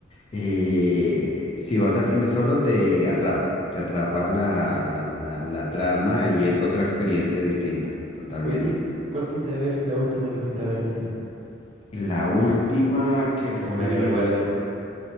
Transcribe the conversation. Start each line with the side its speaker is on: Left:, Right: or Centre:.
Left: eh, si vas al cine solo, te atrapa, te atrapa la, la, la, la trama y es otra experiencia distinta, totalmente.
Right: Oye, ¿cuál fuiste a ver la última que fuiste a ver al cine?
Left: La última que fui
Right: O una que recuerdes.
Left: a...